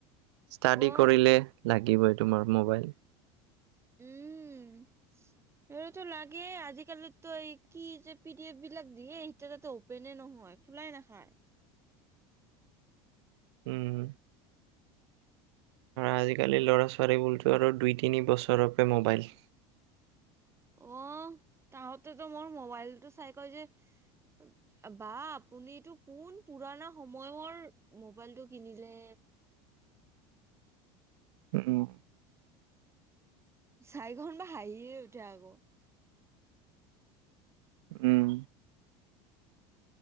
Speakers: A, on the right; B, on the right.
A: ষ্টাডি
B: অ
A: কৰিলে লাগিবই তোমাৰ মোবাইল।
B: উম এইটোতো লাগে আজি। আজি কালি তো কি যে পি ডি এফ বিলাক দিয়ে এতিয়া তা অপেনে নহয় খোলাই নাখায়।
A: উম আজিকালি ল'ৰা ছোৱালীবোলতো আৰু দুই তিনি বছৰৰ বাবে ম'বাইল।
B: অ তাহতেতো মোৰ মোবাইলটো চাই কয় যে বা আপুনটো কোন পুৰণা সময়ৰ মোবাইলটো কিনিলে।
A: উম,
B: চাৰিখন বা হাঁহিয়ে উঠে আকৌ।
A: উম,